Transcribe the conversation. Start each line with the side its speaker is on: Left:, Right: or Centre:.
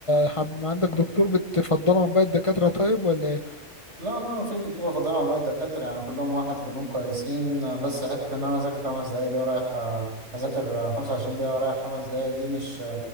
Left: حب عندك دكتور بتفضله عن باقي الدكاتره طيب ولا ايه؟
Right: لا لا مفيش دكتور بفضل عن باقي الدكاترة يعني كلهم واحد كلهم كويسين بس حتة إن أنا أذاكر خمس دقايق دي ورايح أذاكر خمسة وعشرين دقيقة ورايح خمس دقايق دي مش